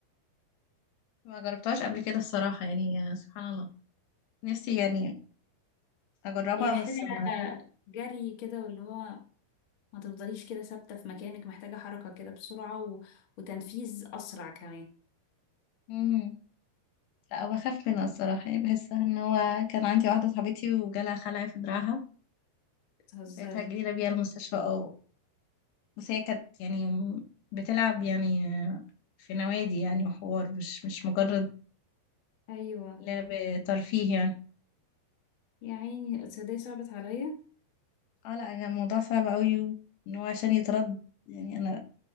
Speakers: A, on the left; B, on the left.
A: ما جربتهاش قبل كده الصراحة يعني سبحان الله نفسي يعني اجربها
B: هي محتاجة
A: بس ما
B: جري كده واللي هو ما تفضليش كده ثابتة في مكانك محتاجة حركة كده بسرعة و... وتنفيذ أسرع كمان
A: مم. لا بخاف منها الصراحة يعني بحسها ان هو كان عندي واحدة صاحبتي وجالها خلع في دراعها
B: بتهزري
A: ساعتها جرينا بيها المستشفى او بس هي كانت يعني م- بتلعب يعني في نوادي يعني وحوار مش مش مجرد
B: أيوة
A: لعب ترفيه يعني
B: يا عيني تصدقي صعبت عليا
A: اه لا يعني الموضوع صعب قوي ان هو عشان يترد يعني انا